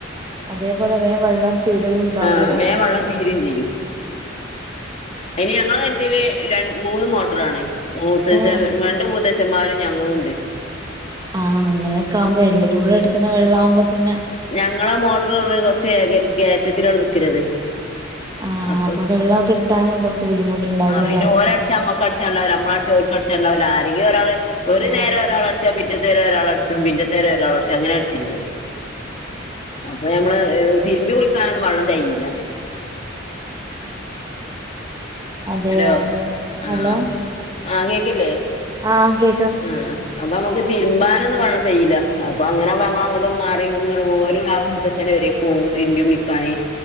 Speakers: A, on the right; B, on the left.
A: അതേപോലെ വേം വെള്ളം തീരലും ഉണ്ടാവൂലേ
B: ആഹ് വേ വെള്ള തീരയും ചെയ്യും അയ്ന് ഞങ്ങളെ കെന്റിൽ ര മൂന്ന് മോട്ടറാണ് മൂത്തച്,
A: ഏഹ്
B: രണ്ട് മൂത്തച്ഛന്മാരും ഞങ്ങളും ഉണ്ട്
A: ആഹ് അങ്ങനെയൊക്കെ ആകുമ്പോ എല്ലരൂടെ എടുക്കുന്ന വെള്ളം ആകുമ്പോ പിന്നെ
B: ഞങ്ങളാ മോട്ടർ കൊ കൊറച്ച് കയറ്റത്തിലാണ് നിക്കണ്ത്
A: ആഹ്
B: അപ്പൊ,
A: വെള്ളം കിട്ടാനും കുറച്ച് ബുദ്ധിമുട്ടുണ്ടാവൂല്ലേ
B: ആ പിന്നെ ഓര് അട്ചാൽ നമ്മ ക്ക് അടിച്ചാൻ ഉണ്ടാവുല്ല, നമ്മള് അടിച്ചാൽ ഓല്ക് ഉണ്ടാവുല്ല ആരെങ്കിലും ഒരാള് ഒരു
A: ആഹ്
B: നേരം ഒരാൾ അടച്ചാ, പിറ്റേത്തെ നേരം ഒരാൾ അടിച്ചും, പിറ്റത്തെ ഒരാൾടച്ചു അങ്ങനെ അടിച്ചല് അപ്പൊ നമ്മള് തിരുമ്പി കുളിക്കാനൊന്നും വെള്ളം തികയൂല.
A: അതെയോ
B: ഹലോ ആഹ്
A: ഹലോ
B: ആ കേൾക്കില്ലേ
A: ആഹ് കേ
B: ഉം അപ്പൊ നമക്ക് തിരുമ്പാനൊന്നും വെള്ളം തികയൂല. അപ്പൊ അങ്ങനെ അപ്പോ ഞങ്ങൾ അങ്ങോട്ടന്ന് മാറി പോലും ആ മുത്തച്ഛനെ വരും മം തിരുമ്പി കുളിക്കാന്